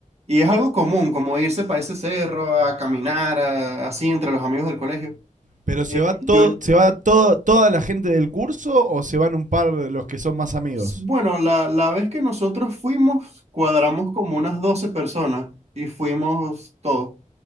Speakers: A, on the right (about 50°); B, on the right (about 70°).
A: Y es algo común, como irse para ese cerro, a caminar, a- así entre los amigos del colegio.
B: ¿Pero se
A: Eh,
B: va todo,
A: yo,
B: se va todo, toda la gente del curso o se van un par de los que son más amigos?
A: s- bueno, la, la vez que nosotros fuimos, cuadramos como unas 12 personas y fuimos todos.